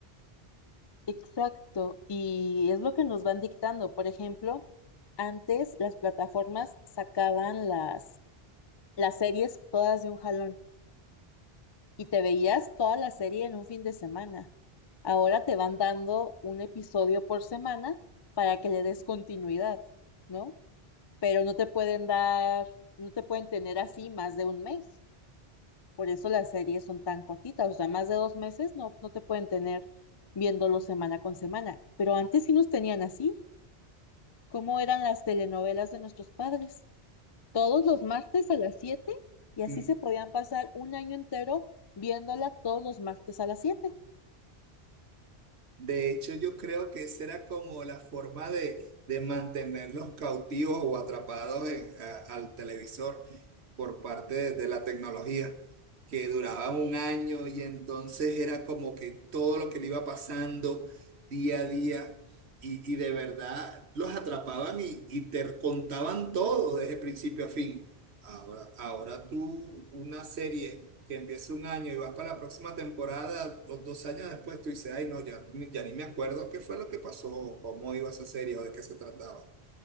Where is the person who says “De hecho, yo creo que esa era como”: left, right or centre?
Right